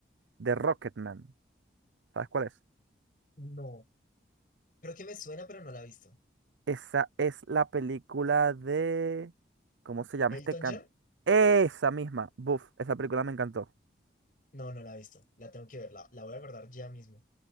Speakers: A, on the right (about 85°); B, on the left (about 50°).
A: de Rocketman. ¿Sabes cuál es?
B: No, creo que me suena, pero no la he visto.
A: Esa es la película de... ¿Cómo se llama
B: ¿Elton
A: este canto?
B: John?
A: Esa misma, buf, esa película me encantó.
B: No, no la he visto. La tengo que ver, la, la voy a guardar ya mismo.